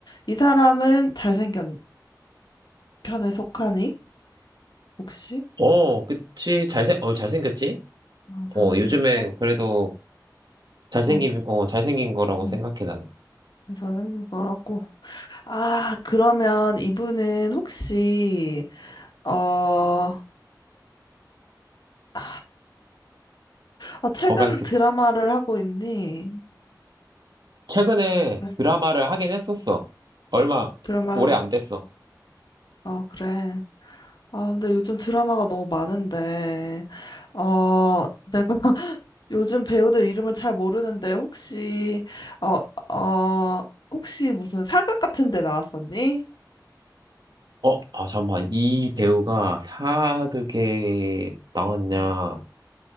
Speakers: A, on the left; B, on the right.
A: 이 사람은 잘생긴 편에 속하니? 혹시?
B: 어, 그치. 잘생, 어, 잘생겼지?
A: 어, 잘생겼어?
B: 어, 요즘에 그래도 잘생긴,
A: 어,
B: 어, 잘생긴 거라고
A: 어,
B: 생각해, 나는.
A: 잘생긴 거라고. 아, 그러면 이분은 혹시, 어, 아, 아, 최근
B: 뭐가 있을까?
A: 드라마를 하고 있니?
B: 최근에
A: 네.
B: 드라마를 하긴 했었어. 얼마,
A: 드라마.
B: 오래 안 됐어.
A: 아, 그래. 아, 근데 요즘 드라마가 너무 많은데, 어, 내가 <laughs> 요즘 배우들 이름을 잘 모르는데, 혹시, 어, 어, 혹시 무슨 사극 같은 데 나왔었니?
B: 어, 아, 잠깐만. 이 배우가 사극에 나왔냐.
A: 음.